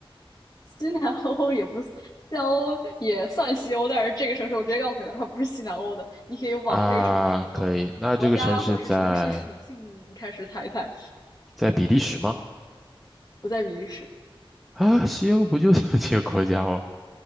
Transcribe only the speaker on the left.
西南欧也不，西南欧也算西欧，但是这个城市我直接告诉你了它不是西南欧的。你可以往这个城市的国家或者是城市属性开始猜一猜。
不在比利时，